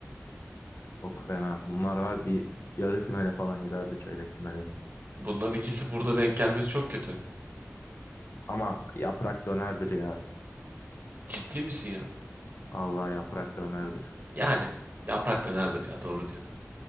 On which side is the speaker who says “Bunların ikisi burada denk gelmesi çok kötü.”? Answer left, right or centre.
Right